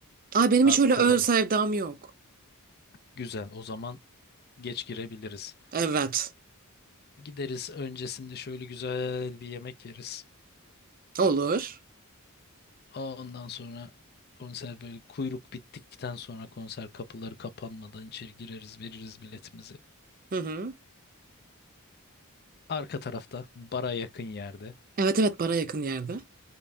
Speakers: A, on the right; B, on the left.
A: Ay benim
B: Arkada
A: hiç öyle ön
B: mı?
A: sevdam yok.
B: Güzel. O zaman geç girebiliriz.
A: Evet.
B: Gideriz öncesinde şöyle güzel bir yemek yeriz.
A: Olur.
B: Ondan sonra konser böyle kuyruk bittikten sonra konser kapıları kapanmadan içeri gireriz, veririz biletimizi.
A: Hı hı.
B: Arka tarafta bara yakın yerde.
A: Evet evet bana yakın yerde.